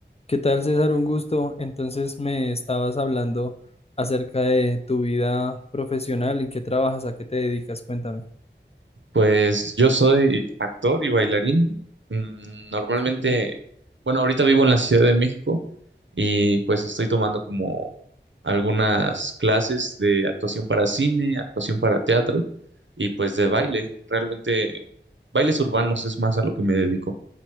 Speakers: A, on the left; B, on the right.
A: ¿Qué tal, César? Un gusto. Entonces me estabas hablando acerca de tu vida profesional, ¿en qué trabajas, a qué te dedicas? Cuéntame.
B: Pues yo soy actor y bailarín. Mm, Normalmente,
A: Súper.
B: bueno, ahorita vivo en la Ciudad de México y pues estoy tomando como algunas clases de actuación para cine, actuación para teatro y pues de baile. Realmente, bailes urbanos es más a lo que me dedico.